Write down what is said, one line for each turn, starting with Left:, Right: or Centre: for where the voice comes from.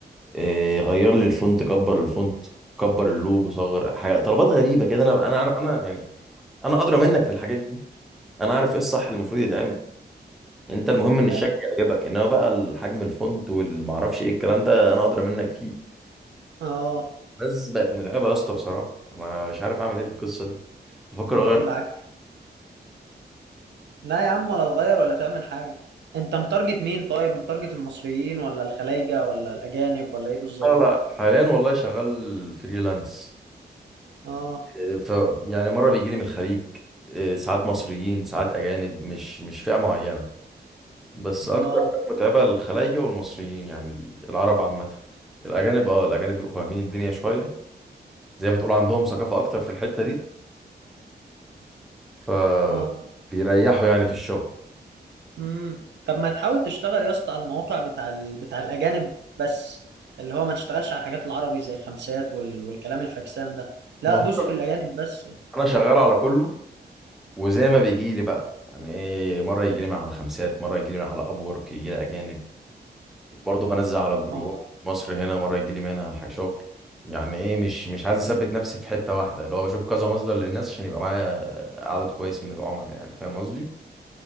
Centre: إيه، غير لي الفونت كبر الفونت كبر اللوجو صغر حاجه طلبات غريبه كده انا انا عار- انا يعني انا ادرى منك في الحاجات دي انا عارف ايه الصح اللي المفروض يتعمل انت المهم ان الشكل
Right: ده ده
Centre: يعجبك انما بقى الحجم الفونت والمعرفش ايه الكلام ده انا ادرى منك فيه
Right: اه
Centre: بس بقت متعبه يا اسطى بصراحه انا مش عارف اعمل ايه في القصه دي بفكر
Right: ده
Centre: اغير
Right: ايه العك لا يا عم ولا تغير ولا تعمل حاجة انت متارجت مين طيب متارجت المصريين ولا الخلايجة ولا الاجانب ولا ايه بالظبط
Centre: لا لا حاليا والله شغال فريلانس
Right: اه
Centre: إيه، ف يعني مره بيجي لي من الخليج إيه، ساعات مصريين ساعات اجانب مش مش فئه معينه بس اكتر
Right: اه
Centre: فئة متعبة الخلايجة والمصريين يعني ال- العرب عامة الاجانب اه الاجانب بيبقوا فاهمين الدنيا شوية زي ما تقول عندهم ثقافة اكتر في الحتة دي فبيريحوا
Right: اه
Centre: يعني في الشغل
Right: امم طب ما تحاول تشتغل يا اسطى على المواقع بتاع ال... بتاع الاجانب بس اللي هو ما تشتغلش على الحاجات العربي زي خمسات وال... والكلام الفاكسان ده لا
Centre: ما هو
Right: دوس في الاجانب بس
Centre: انا شغال على كله وزي ما بيجي لي بقى يعني ايه مرة يجي لي من على خمسات مرة يجي لي من على ابورك يجي لي اجانب برضه بنزل على الجروبات
Right: اه
Centre: في مصر هنا مرة يجي لي منها ح- شغل يعني ايه مش مش عايز اثبت نفسي في حتة واحدة اللي هو بشوف كذا مصدر للناس عشان يبقى معايا عدد كويس من العملاء يعني فاهم قصدي؟